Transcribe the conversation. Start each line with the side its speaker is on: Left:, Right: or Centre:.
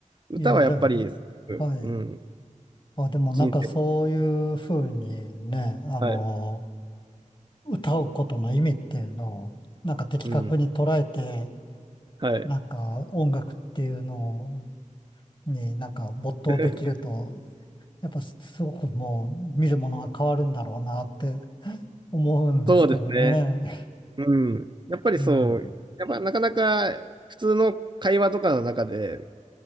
Right: 歌はやっぱり、
Left: いや、でも、はい。
Right: うん、
Left: あ、でもなんかそういうふうにね、
Right: 人生に、
Left: あの、
Right: はい、
Left: 歌うことの意味っていうのを、なんか的確に捉えて、
Right: うん、はい。
Left: なんか音楽っていうのになんか没頭できると、
Right: <laughs>
Left: やっぱすすごくもう見るものが変わるんだろうなって思うんですけどね。
Right: そうですね。うん。やっぱりそう、
Left: うん。
Right: やっぱなかなか普通の会話とかの中で、